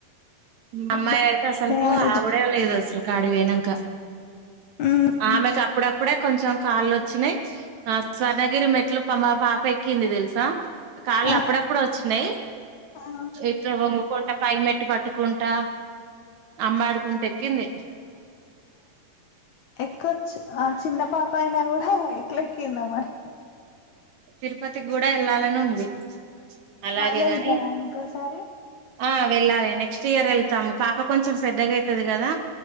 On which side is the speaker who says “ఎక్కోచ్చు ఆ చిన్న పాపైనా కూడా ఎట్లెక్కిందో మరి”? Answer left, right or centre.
Left